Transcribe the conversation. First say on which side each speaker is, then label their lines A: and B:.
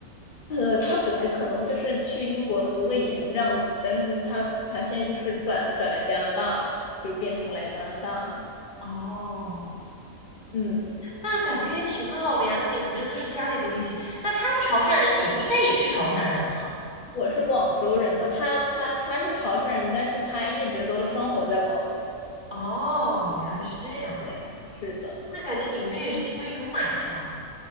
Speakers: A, on the left; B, on the left.
A: 呃，他本来可能就是去英国读个研这样子，但是他他现在就是转转来加拿大了，就变成来加拿大了。
B: 哦，
A: 嗯，
B: 那感觉也挺好的呀。那你们真的是家里都一起。那他是潮汕人，你不应该也是潮汕人吗？
A: 我是广州人呢，他他他是潮汕人，但是他一直都生活在广州。
B: 哦，原来是这样。
A: 哎，是的呢。
B: 那感觉你们这也是青梅竹马呀。